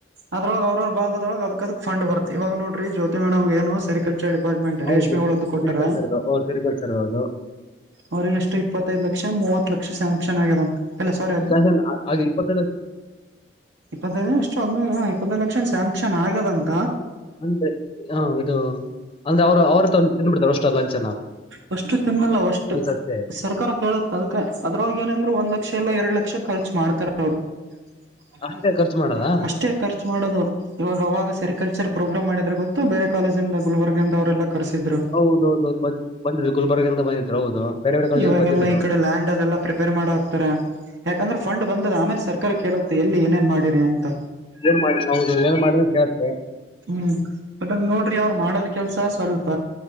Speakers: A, on the right (about 75°); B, on the left (about 30°).
A: ಅದ್ರೊಳಗೆ ಅವರ ಅವರ ಭಾಗದೊಳಗೆ ಅದಕ ಅದಕ ಫಂಡ್ ಬರ್ತಾ. ಇವಾಗ ನೋಡರಿ ಜ್ಯೋತಿ ಮೇಡಂಗನು ಸರಿಕಲ್ಚರ್ ಡಿಪಾರ್ಟ್ಮೆಂಟ್. <unintelligible>
B: ಹೌದು
A: ಕೊಟ್ಟಾರ
B: ಸಿರಿಕಲ್ಚರ್ದು ಓ ಸಿರಿಕಲ್ಚರ್ದು ಅದು
A: ಅವರಿಗೆಷ್ಟು ಇಪ್ಪತ್ತೈದು ಲಕ್ಷ ಏನು ಮೂವತ್ತು. ಲಕ್ಷ ಸ್ಯಾಂಕ್ಷನ್ ಆಗ್ಯದಂತ ಅಲ್ಲ ಸ್ವಾರಿ ಅದ
B: ಫ್ಯಾಷನ್ ಆಗ ಇಪ್ಪತ್ತೈದು ಲಕ್ಷ
A: ಇಪ್ಪತೈದ ಅಷ್ಟ. ಅಷ್ಟ ಅದನೇನೊ ಇಪ್ಪತ್ತೈದು ಲಕ್ಷ ಏನು ಸ್ಯಾಂಕ್ಷನ್ ಆಗ್ಯದ ಅಂತ.
B: ಅಂದ್ರೆ ಹ ಇದು ಅಂದ್ರೆ ಅವರು ಅವ್ರತ್ರ ಒಂದು ತಿಂದು ಬಿಡ್ತಾರೆ ಅಷ್ಟ ಲಂಚ
A: ಹೊಷ್ಟು ತಿಂದಮೇಲೆ ಹೊಷ್ಟು.
B: ಅಷ್ಟೇ
A: ಸರ್ಕಾರ ಕೇಳುತ್ತ ಅದಕ್ಕ ಅದರೊಳಗ ಏನಂದರ ಒಂದ ಲಕ್ಷ ಇಲ್ಲ ಎಡ್ ಲಕ್ಷ ಖರ್ಚು ಮಾಡ್ತಾರ ಅವರು. <unintelligible>
B: ಅಷ್ಟೇ ಖರ್ಚು ಮಾಡದ
A: ಅಷ್ಟೇ ಖರ್ಚು ಮಾಡೋದು ಇವಾಗ ಅವಾಗ ಸೆರಿಕಲ್ಚರ್. ಪ್ರೋಗ್ರಾಮ್ ಮಾಡಿದ್ರ ಗೊತ್ತು ಬೇರೆ ಕಾಲೇಜಿಂದ ಗುಲ್ಬರ್ಗದಿಂದ ಅವರೆಲ್ಲ. ಕರ್ಸಿದ್ರು
B: ಹೌದೌದು. ಬಂದಿದ್ರು ಗುಲ್ಬರ್ಗಿಂದ ಬಂದಿದ್ರು ಹೌದು ಬೇರೆ ಬೇರೆ ಕಾಲೇಜಿಂದ
A: ಇವಾಗೆಲ್ಲ
B: ಬಂದಿದ್ರು
A: ಈ ಕಡೆ ಲ್ಯಾಂಡ್ ಅದೆಲ್ಲಾ ಪ್ರಿಪೇರ್ ಮಾಡ ಹಕ್ತಾರೆ. ಯಾಕಂದ್ರೆ ಫಂಡ್ ಬಂದದ ಆಮೇಲೆ ಸರ್ಕಾರ ಕೇಳುತ್ತೆ ಎಲ್ಲಿ ಏನೇನ್ ಮಾಡಿರಿ ಅಂತ.
B: ಏನ್ ಮಾಡ ಹೌದು ಏನ್ ಮಾಡದರು ಕೇಳತೇ.
A: ಹ್ಮ್ ಬಟ್ ಅದ ನೋಡ್ರಿ ಅವ್ರ ಮಾಡೋದ್ ಕೆಲ್ಸ ಸ್ವಲ್ಪ.